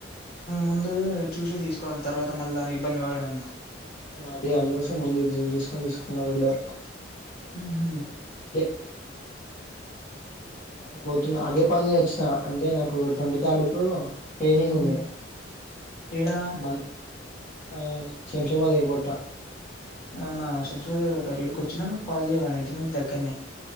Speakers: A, on the left (about 55°); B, on the left (about 35°).
A: ముందు చూసి తీసు తీసుకోవాలి తర్వాత మళ్ళ ఇబ్బంది పడ అనుకు
B: అదే అందుకోసం ముందు ఇది చూ చేసుకొని తీసుకున్నా వెళ్ళారు
A: ఆహ
B: అదే ఆ పోతుంది అదే పని మీద వచ్చింది అంటే నాకు ట్వంటీ థర్డ్ కు ట్రైనింగ్
A: హ్మ్.
B: ఉంది
A: ఏడా?
B: మంత ఆ శంషా బధకిపోట్ట
A: అవునా శంసదేవి గ వీడికి వచ్చినాక కాల్ చేయడి ఇంటి నుంచి దగ్గరనే